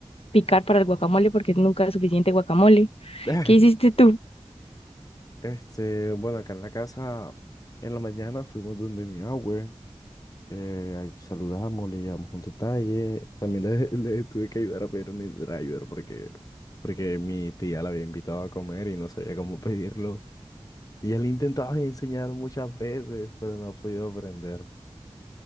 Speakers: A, on the left; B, on the left.
A: picar para el guacamole, porque nunca es suficiente guacamole.
B: <laughs>
A: ¿Qué hiciste tú?
B: Este, bueno, acá en la casa, en la mañana fuimos donde mi abue. Eh, ahí saludamos, le llevamos un detalle. También le, <laughs> le tuve que ayudar a pedir un driver porque, porque mi tía la había invitado a comer y no sabía cómo pedirlo. Y él intentaba <laughs> enseñar muchas veces, pero no ha podido aprender.